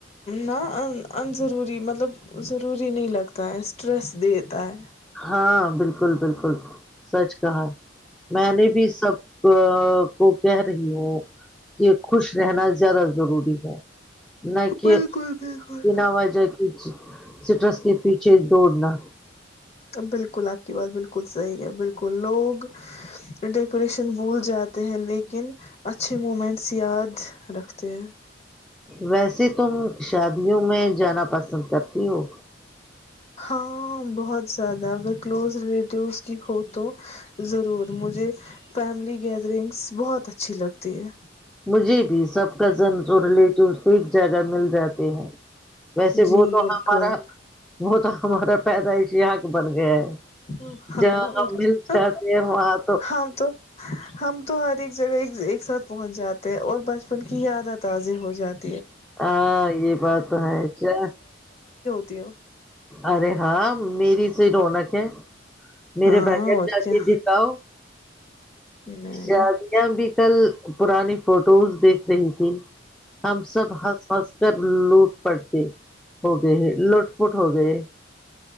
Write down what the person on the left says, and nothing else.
نہا انضروری مطلب ضروری نہیں لگتا ہے اسٹریس دیتا ہے
بالکل بالکل
بالکل آپ کی بات بالکل بالکل صحیح ہے بالکل لوگ ڈیکوریشن بھول جاتے ہیں لیکن اچھے مومنٹس یاد رکھتے ہیں
ہاں بہت زیادہ اگر کلوز ریلیٹیوس کی ہو تو ضرور مجھے فیملی گیدرنگس بہت اچھی لگتی ہے
جی
بالکل
ہاں
ہاں
اور
کیا
ہم تو ہم تو ہر ایک جگہ ایکز اثر پہنچ جاتے ہیں اور بچپن کی یاد ہے تازے ہو جد
تیو
ہاں
اور
کیا
نہیں